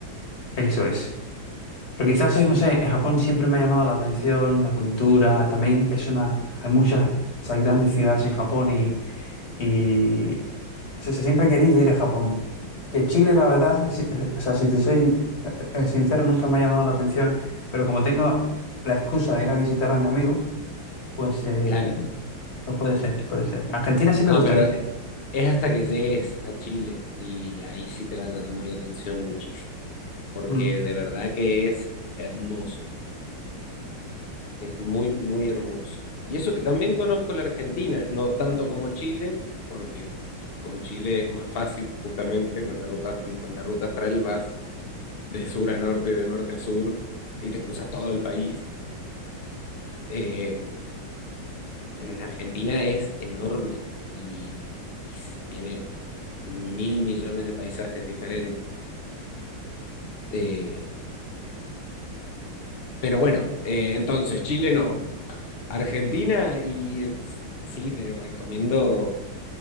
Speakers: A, on the left (about 35°); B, on the left (about 75°).
A: eso es. Pero quizás,
B: <laughs>
A: es, no sé,
B: Sí,
A: en Japón siempre me ha llamado la atención la cultura. También es una. Hay muchas. o sea, hay grandes ciudades en Japón y. y o sea, siempre he querido ir a Japón. Que Chile, la verdad, si- eh, o sea, si te soy eh, eh, sincero, nunca me ha llamado la atención. Pero como tengo la excusa de ir a visitar a mi amigo, pues. eh,
B: claro.
A: No puede ser, puede ser. Argentina sí
B: No,
A: me gustaría.
B: pero es hasta que llegues a Chile y ahí sí te va a llamar la atención muchísimo, porque
A: Mm.
B: de verdad que es hermoso, es muy, muy hermoso. Y eso que también conozco la Argentina, no tanto como Chile, porque con Chile es más fácil, justamente, con la ruta, con la ruta astral vas de sur a norte, de norte a sur, y te cruzas todo el país. Eh, en Argentina es enorme y, y tiene mil millones de paisajes diferentes. Eh, pero bueno, eh, entonces Chile no, Argentina y eh, sí, te recomiendo,